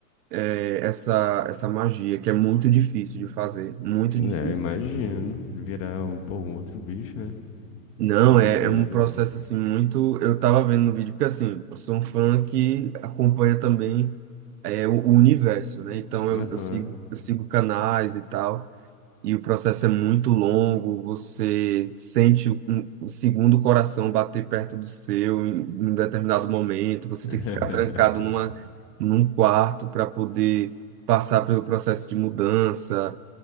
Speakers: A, on the right; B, on the left.
A: eh, essa, essa magia, que é muito difícil de fazer, muito
B: É,
A: difícil.
B: imagino. Virar um, pô, um outro bicho, né?
A: Não,
B: Que doideira.
A: é, é um processo assim muito. Eu tava vendo no vídeo, porque assim, eu sou um fã que acompanha também é, o, o universo, né? Então eu,
B: Aham.
A: eu sigo, eu sigo canais e tal. e o processo é muito longo, você sente o, um- o segundo coração bater perto do seu em, em um determinado momento, você
B: <laughs>
A: tem que ficar trancado numa, num quarto para poder passar pelo processo de mudança.